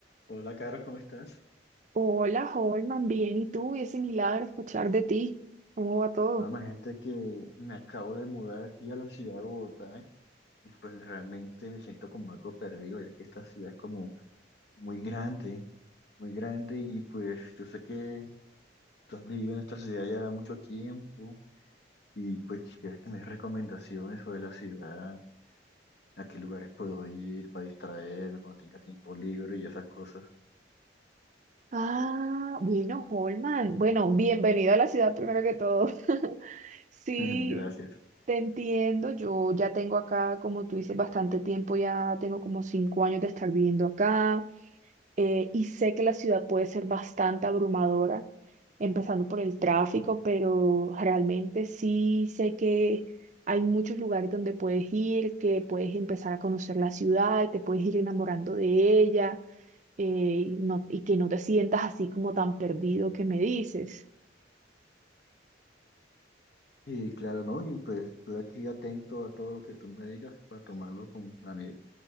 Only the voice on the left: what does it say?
Hola, Caro, ¿cómo estás?
No, imagínate que me acabo de mudar aquí a la ciudad de Bogotá, ¿eh? Y pues realmente me siento como algo perdido, ya que esta ciudad es como muy grande, muy grande y pues yo sé que tú has vivido en esta ciudad ya mucho tiempo y pues quisiera que me des recomendaciones sobre la ciudad, a qué lugares puedo ir para distraerme cuando tenga tiempo libre y esas cosas.
<laughs> Gracias.
Y claro, ¿no? Y pues estoy aquí atento a todo lo que tú me digas para tomarlo con la medida.